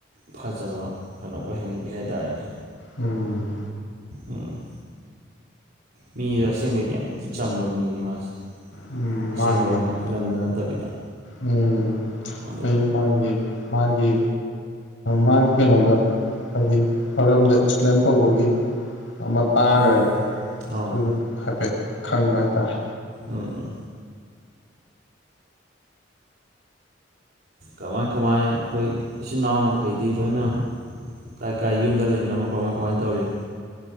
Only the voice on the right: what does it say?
ꯐꯖꯕ ꯀꯩꯅꯣ ꯑꯣꯏꯍꯟꯒꯦ ꯍꯥꯏ ꯇꯥꯔꯦꯅꯦ
ꯎꯝ꯫ ꯃꯤꯁ ꯑꯁꯦꯡꯕꯩꯗꯤ ꯌꯥꯝꯇꯤ ꯆꯝꯕ ꯃꯤꯅꯤ ꯃꯥꯁꯦ
ꯑꯁꯦꯡꯕ
ꯑꯣꯏꯅ
ꯐꯤꯂꯝꯗ ꯅꯠꯇꯕꯤꯗ꯫
ꯑ
ꯎꯝ ꯑꯥ
ꯑꯣꯥ ꯑꯥ ꯀꯃꯥꯏ ꯀꯃꯥꯏ ꯑꯩꯈꯣꯏ ꯏꯆꯤꯟ ꯅꯥꯎ ꯃꯈꯩꯗꯤ ꯂꯣꯏꯅ ꯀꯥꯏ ꯀꯥꯏ ꯌꯨꯝꯗ ꯂꯩꯅꯕ ꯀꯃꯥꯏ ꯀꯃꯥꯏ ꯇꯧꯔꯤ꯫